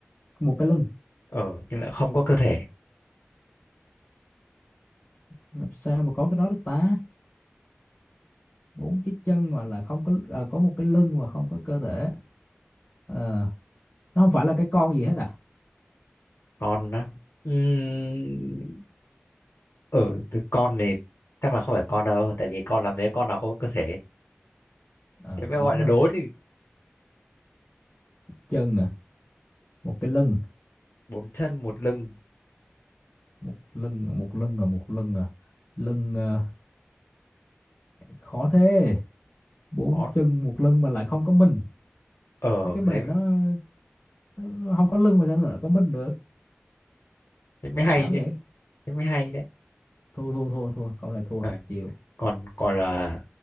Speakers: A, on the left (about 35°); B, on the left (about 70°).
A: một cái lưng.
B: ờ nhưng lại không có cơ thể
A: Làm sao mà có cái đó được ta? Bốn cái chân mà là không có ờ, có một cái lưng mà không có cơ thể. Ờ, nó không phải là cái con gì hết à?
B: con đó Ừm, ừ từ con này chắc là không phải con đâu tại vì con làm thế con nào không có cơ thể
A: Ờ,
B: thế mới
A: đúng
B: gọi là
A: ha.
B: đố thì
A: Chân à, một cái lưng
B: bốn chân một lưng
A: một lưng à, một lưng à một lưng à lưng à, khó thế bốn
B: có
A: chân một lưng mà lại không có mình
B: ờ
A: thế cái mình
B: thế
A: nó, nó không có lưng mà sao lại có mình được
B: thế mới hay
A: ảo
B: đi
A: vậy
B: thế mới hay đấy
A: thua thua thua thua câu này thua
B: Ờ,
A: chịu
B: còn còn là